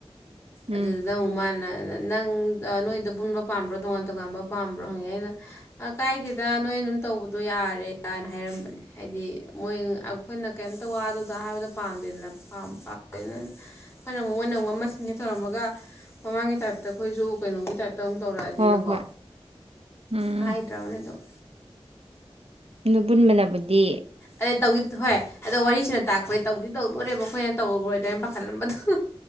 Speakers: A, on the right (about 75°); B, on the left (about 25°).
A: ꯎꯝ
B: ꯑꯗꯨꯗꯨꯗ ꯎꯃꯥꯟꯅ ꯅꯪ ꯅꯣꯏꯗ ꯄꯨꯟꯕ ꯄꯥꯝꯕ꯭ꯔꯣ ꯇꯣꯉꯥꯟ ꯇꯣꯉꯥꯟꯕ ꯄꯥꯝꯕ꯭ꯔꯣ ꯍꯪꯉꯛꯦ ꯑꯩꯅ ꯀꯥꯏꯗꯦꯗ ꯅꯣꯏ ꯑꯗꯨꯝ ꯇꯧꯕꯗꯣ ꯌꯥꯔꯦ ꯀꯅ ꯍꯥꯏꯔꯝꯕꯅꯦ ꯍꯥꯏꯗꯤ ꯃꯣꯏ ꯑꯩꯈꯣꯏꯅ ꯀꯩꯝ ꯇꯧ ꯑꯗꯨꯗ ꯍꯥꯏꯕꯗꯣ ꯄꯥꯝꯗꯦꯗꯅꯥꯝ ꯍꯣꯏꯅ ꯃꯣꯏꯅ ꯑꯃꯨ ꯑꯃ ꯁꯤꯟꯦ ꯇꯧꯔꯃꯒ ꯃꯃꯥꯡꯒꯤ ꯇꯥꯏꯞꯇ ꯑꯩꯈꯣꯏꯁꯨ ꯀꯩꯅꯣꯒꯤ ꯇꯥꯏꯞꯇ ꯇꯧ ꯇꯧꯔꯛꯑꯗꯤꯅꯀꯣ
A: ꯍꯣꯏ ꯍꯣꯏ ꯎꯝ
B: ꯍꯥꯏꯗ꯭ꯔꯕꯅꯦ ꯑꯗꯨꯝ
A: ꯑꯕꯨꯟ ꯃꯅꯥꯕꯨꯗꯤ
B: ꯑꯗ ꯇꯧ ꯍꯣꯏ ꯑꯗꯣ ꯋꯥꯔꯤꯁꯤꯅ ꯇꯥꯛꯄꯩ ꯇꯧꯗꯤ ꯇꯧꯗꯣꯔꯦꯕ ꯑꯩꯈꯣꯏꯅ ꯇꯧꯔꯣꯏꯗ꯭ꯔꯥꯅ ꯄꯥꯈꯠꯂꯝꯕꯗꯨꯣ